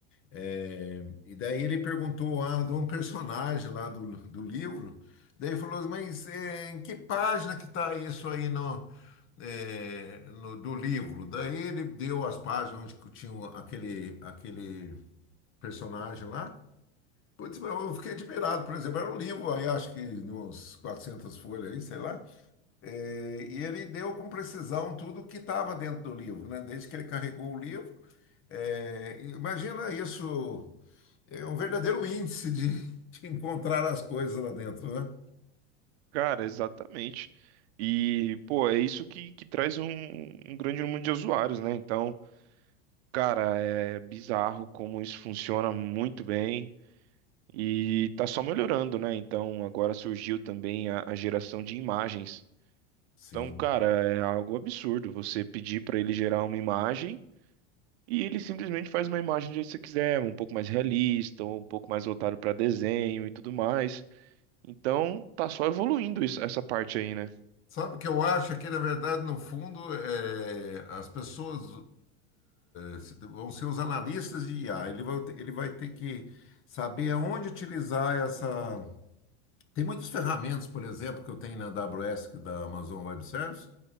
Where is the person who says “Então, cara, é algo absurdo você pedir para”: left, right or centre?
Right